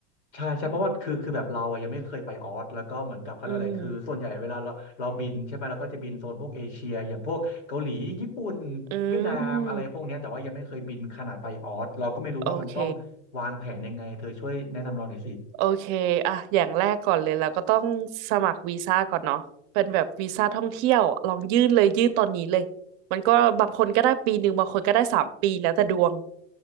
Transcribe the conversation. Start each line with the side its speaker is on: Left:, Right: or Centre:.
Left: ใช่ใช่เพราะว่าคือคือแบบเราอะยังไม่เคยไปออสแล้วก็เหมือนกับเขาเรียกอะไรคือส่วนใหญ่เวลาเราเราบินใช่ไหมเราก็จะบินโซนพวกเอเชียอย่างพวกเกาหลีญี่ปุ่น
Right: อืมอื
Left: เวียดนามอะไรพวกเนี้ยแต่ว่ายังไม่เคยบินขนาดไปออสเราก็ไม่รู้ว่ามันต้องวางแผนยังไงเธอช่วยแนะนำเราหน่อยสิ
Right: ม โอเคโอเคอ่ะ อย่างแรกก่อนเลยเราก็ต้องสมัครวีซ่าก่อนเนาะเป็นแบบวีซ่าท่องเที่ยว ลองยื่นเลยยื่นตอนนี้เลย มันก็บางคนก็ได้ปีหนึ่งบางคนก็ได้สามปีแล้วแต่ดวง